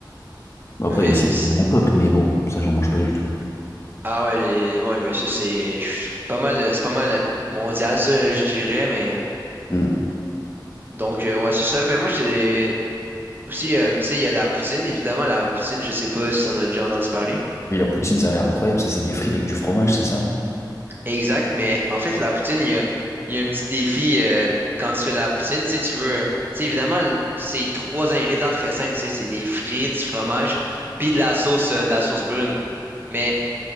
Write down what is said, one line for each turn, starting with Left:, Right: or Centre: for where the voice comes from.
Left: Bon, après,
Right: Mais
Left: il y a aussi
Right: c'est.
Left: la coque, mais bon, ça, j'en mange pas du tout.
Right: Ah ouais, les- ouais, mais ça, c'est je suis pas mal, c'est pas mal euh, mondial, ça, je dirais. Mais
Left: Hmm.
Right: donc, euh, ouais, c'est ça. Mais moi, c'est aussi, euh, tu sais, il y a la poutine, évidemment. La poutine, je sais pas si t'en as déjà entendu parler.
Left: Oui, la poutine, ça a l'air incroyable. Ça, c'est des frites avec du fromage, c'est ça?
Right: Exact, mais en fait, la poutine, il y a, il y a un petit défi euh, quand tu fais de la poutine, tu sais, tu veux, tu sais, évidemment, l- c'est trois ingrédients très simples, tu sais, c'est des frites, du fromage, puis de la sauce, euh, de la sauce brune. Mais